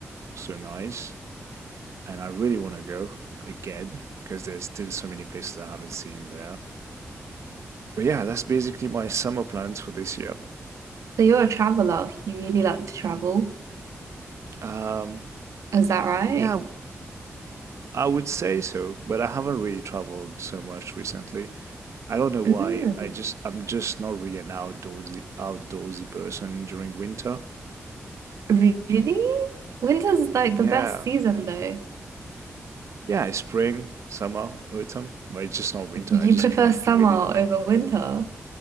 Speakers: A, on the right; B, on the right.
A: so nice and I really want to go again because there's still so many places I haven't seen there. But yeah, that's basically my summer plans for this year.
B: So you're a traveler. You really like to travel.
A: Um,
B: Is that right?
A: yeah, I would say so, but I haven't really traveled so much recently. I don't know why.
B: Mm.
A: I just I'm just not really an outdoorsy outdoorsy person during winter.
B: Really? Winter's like
A: Yeah.
B: the best season, though.
A: Yeah, spring, summer, autumn, but it's just not winter.
B: You
A: I just
B: prefer
A: can't
B: summer
A: really.
B: over winter.